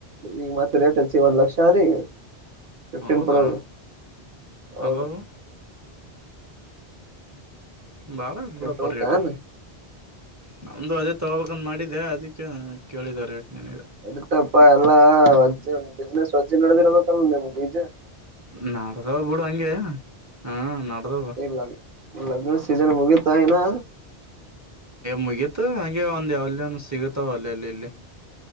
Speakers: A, on the right; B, on the right.
A: ಈಗ ಮತ್ತೆ ರೇಟ್ ಹಚ್ಚಿ ಒಂದ್ ಲಕ್ಷ ಅದೇ ಫಿಫ್ಟೀನ್
B: ಹೌದಾ
A: ಪ್ರೋ ಅದು ಹೌದು
B: ಅಬ್ಬಾಬಾ ಬಾಳ ಆಯ್ತ್ ಬಿಡಪ್ಪ
A: ಹೋತಾನ
B: ರೇಟ್ ನಂದು ಅದೇ ತಗೋಬೇಕಂದು ಮಾಡಿದೆೆ ಅದಕ್ಕೆ ಕೇಳಿದೆ ರೇಟ್ ನಿನಗೆ
A: ಇರುತಪ್ಪ ಎಲ್ಲಾ ಬಿಸ್ನೆಸ್ ವಜ್ಜಿ ನಡೆದಿರ್ಬೇಕಲ್ ನಿಮ್ಗೆ ಈಜೆ
B: ನಡ್ದವ ಬಿಡು ಹಂಗೆ ಹಾ ನಡ್ದವ
A: ಇಲ್ಲ ಲಗ್ನ ಸೀಜನ್ ಮುಗಿತ ಏನಾ
B: ಮುಗೀತ ಹಗೆ ಒಂದ್ ಯಾವನ್ ಸಿಗತಾವ ಅಲ್ಲಲ್ಲಿ ಇಲ್ಲಿ